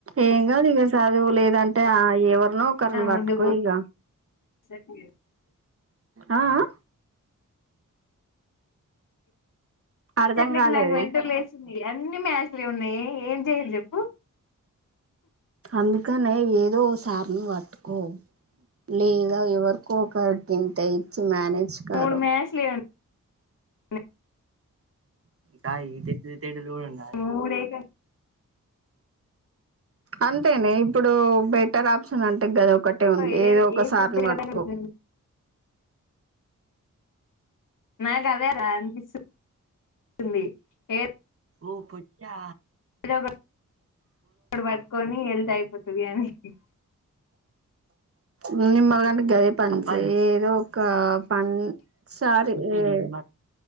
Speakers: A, on the right; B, on the left.
A: ఏంగాదిగ చదువు లేదంటే ఆ ఎవరినో ఒకరిని పట్టుకో
B: ముందు
A: ఇగ
B: పోసట్లేదు
A: ఆ అ అర్ధం
B: చెట్లకి
A: కాలేదే
B: నాకు మెంటల్ లేసింది. ఇగ అన్ని మ్యాస్టరె ఉన్నాయే ఏం చేయన్ చెప్పు
A: అందుకనే ఏదో ఒగ సార్ ని పట్టుకో లేదా ఎవరికో ఒకటింత ఇచ్చ మ్యానేజ్ కరో
B: మూడు మ్యాచ్లే ఉన్నాయి
A: కాయ తడలుడన్నా
B: మూడు ఏకంగా
A: అంతేనే ఇప్పుడు బెటర్ ఆప్షన్ అంటే గదా ఒకటే ఉంది
B: ఏ
A: ఏదో ఒక
B: ఏ
A: సార్ని
B: సబ్జెక్ట్
A: పట్టుకో
B: నాకదే రా అనిపిస్ ది హే
A: ఓ పొచ్చా
B: రబ బట్కొని ఎల్దు అయిపోతది అని ఇ
A: మీ మళ్ళంటే గయే పన్ ఏదో ఒక పన్నీ సారి ఆ